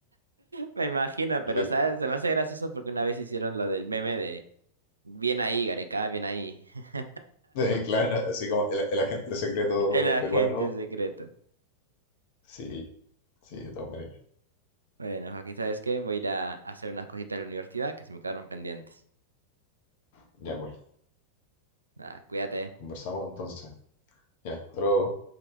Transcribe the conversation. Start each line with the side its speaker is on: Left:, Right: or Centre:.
Right: me imagino, pero
Left: Yo
Right: sabes, se me hace gracioso porque una vez hicieron lo del meme de bien ahí, Gareca, bien ahí. <laughs>
Left: <laughs> Eh, Claro, así como el, el agente secreto
Right: El agente
Left: peruano.
Right: secreto.
Left: Sí, sí, de todas maneras.
Right: Bueno, Joaquín, ¿sabes qué? Voy a ir a hacer unas cositas de la universidad que se me quedaron pendientes.
Left: Ya pues,
Right: Nada, cuídate.
Left: conversamos entonces. Ya, hasta luego.